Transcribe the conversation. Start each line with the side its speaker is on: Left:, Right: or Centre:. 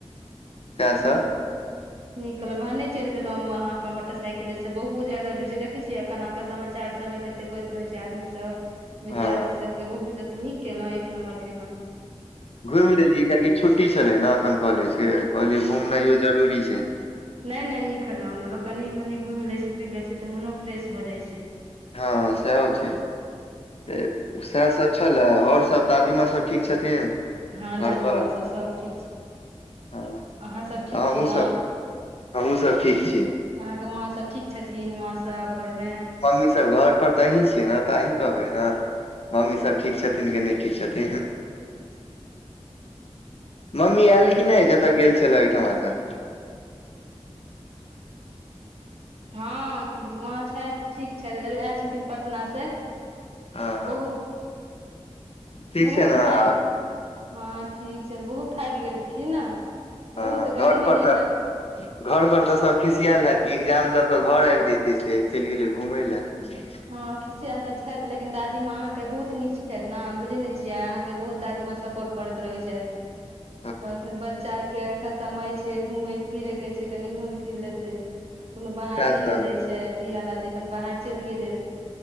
Left: सएह
Right: ह
Left: <inaudible> <inaudible>
Right: नीक कहल भहने चलि गेलों वहाँ पर मोटरसाइकिले से बहुत जादा भीड़ छै देखै छियै एखन अहाँ समाचार सबमे के ते कहैत रहै छै आदमी सब विद्यार्थी
Left: हँ
Right: सभके बहुत अथि नीक केलौ एक नम्बर केलौ
Left: घुमि लेलियै कियकि छुट्टी छले ने एखन कॉलेज के कहलियै घुमनाइयो जरूरी छै
Right: नहि नहि नीक करलहुं लोक कनी मनी घुएम लै छै फिर लै छै तऽ मनो फ्रेश भऽ जाइ छै
Left: हँ सेहा होय छै त सब छलए आउर सब दादीमाँ सब ठीक छथिन
Right: हँ
Left: घर
Right: दादीमाँ
Left: पर
Right: सब सब ठीक
Left: हँ
Right: अहाँसभ ठीक
Left: तऽ
Right: छी
Left: हमहूँ
Right: न
Left: सब हमहूँ सब ठीक छी
Right: अहाँके माँ सभ ठीक छथिन मासब घरमे
Left: मम्मी सब घर पर तऽ अीं छियै ने तऽ अहीं कहबै न मम्मीसभ ठीक छथिन कि नहि ठीक छथिन मम्मी आयल की नय जतय गेल छएला ओहिठमा सँ
Right: हँ माँ छैथ ठीक छैथ आयल छथिन पटना से
Left: हँ
Right: बहुत
Left: ठीक
Right: बहुत
Left: छै ने आब
Right: थई हँ ठीक छै तऽ बहुत थाएक गेलखिन न
Left: हँ
Right: बहुत
Left: घर
Right: गर्मी
Left: पर
Right: जे
Left: तऽ घर पर तऽ सब खिसियेल हैत कि एग्जाम द क घर आबि जयतिय से चलि गेलै घूमय लए <inaudible>
Right: हँ खिसियाल तऽ छैथ लेकिन दादीमाँ अहाँके बहुत नीक छैथ न बुझे नहि छियै अहाँके बहुत दादीमाँ सपोर्ट करैत रहै छैथ
Left: <inaudible>
Right: कहलखिन बच्चाके एखन समय छै घूमय फिरैके छै कनि घूमि फिर लेतै कुनो बाहर
Left: सएह
Right: नहि
Left: सब
Right: ने जाइ छै तऽ इहे लाथे अपन बाहर चलि गेलै